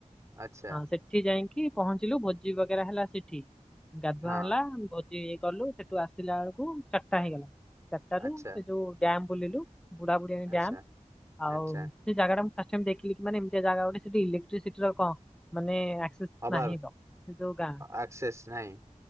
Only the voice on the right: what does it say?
ଆଚ୍ଛା
ହଁ
ଆଚ୍ଛା
ଆଚ୍ଛା
ଆଚ୍ଛା
ଅଭାବ
ଆକ୍ସେସ୍ ନାହିଁ